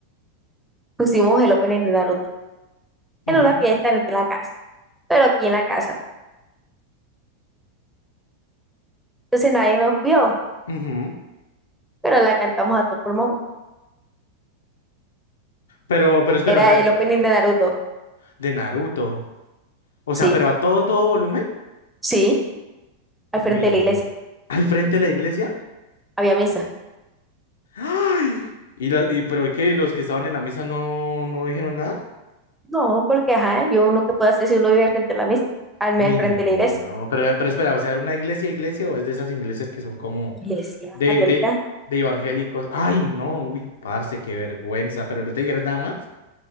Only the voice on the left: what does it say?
Ujú,
ujú.
Pero, pero espera,
o sea,
de Naruto. O
sea, pero a todo, todo volumen.
Uy,
no.
¿Al frente de la iglesia?
¡Ay! ¿Y, la- y pero qué? ¿Y los que estaban en la misa no, no dijeron nada?
Uy,
no,
pero, pero espera, o sea, ¿una iglesia, iglesia o es de esas iglesias que son como
de,
de, de evangélicos? Ay, no, uy, parce, qué vergüenza, pero no te dijeron nada más.